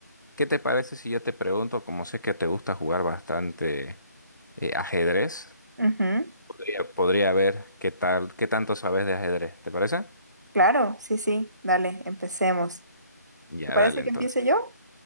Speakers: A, on the left (about 80°); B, on the right (about 70°).
A: ¿Qué te parece si yo te pregunto, como sé que te gusta jugar bastante eh, ajedrez?
B: Ujú.
A: Podría, podría ver qué tal, qué tanto sabes de ajedrez, ¿te parece?
B: Claro, sí, sí. Dale, empecemos.
A: Ya,
B: ¿Te parece
A: dale entonces.
B: que empiece yo?